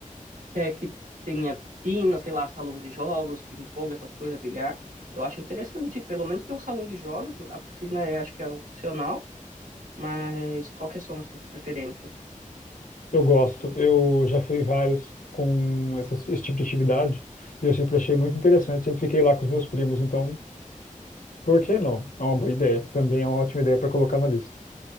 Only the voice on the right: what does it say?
quer que tenha piscina, sei lá, salão de jogos, ping-pong, essas coisas, bilhar. Eu acho interessante, pelo menos ter um salão de jogos. A piscina é, acho que é opcional, mas qual que são as suas preferências?